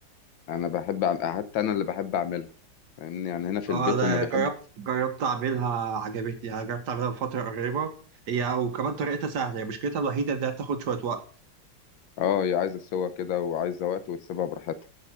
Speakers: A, on the left; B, on the right.
A: انا بحب أعم- حتى انا اللي بحب اعملها فاهمني يعني هنا في
B: اه
A: البيت
B: ده
A: هم بيحبوا
B: جربت جربت اعملها عجبتني انا جربت اعملها بفتره قريبه هي وكمان طريقتها سهله هي مشكلتها الوحيده انها بتاخد شويه وقت
A: اه هي عايزه سوا كده وعايزه وقت وتسيبها براحتها